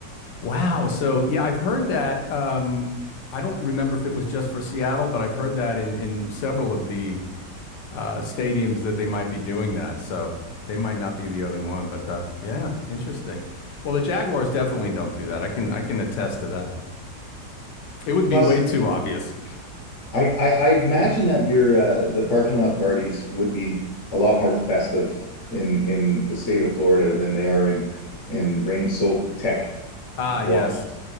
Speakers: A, on the left (about 75°); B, on the left (about 45°).
A: Wow. So yeah, I've heard that. Um, I don't remember if it was just for Seattle, but I've heard that in in several of the uh, stadiums that they might be doing that. So they might not be the only one, but uh, yeah, interesting. Well, the Jaguars definitely don't do that. I can I can attest to that. It would be
B: Plus
A: way too obvious.
B: I, I I imagine that your uh the parking lot parties would be a lot more festive in in the state of Florida than they are in in rain-soaked tech.
A: Ah,
B: Washington.
A: yes.